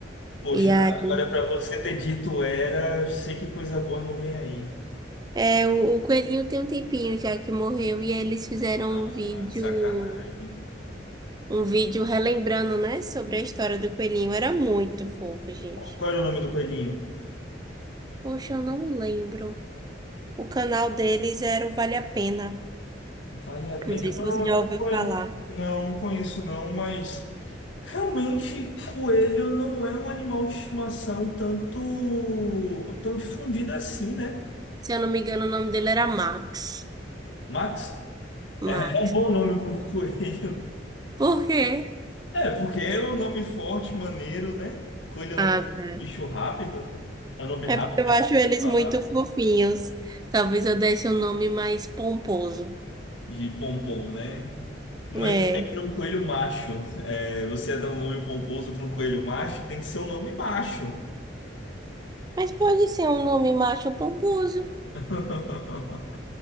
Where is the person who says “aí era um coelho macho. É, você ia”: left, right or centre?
Left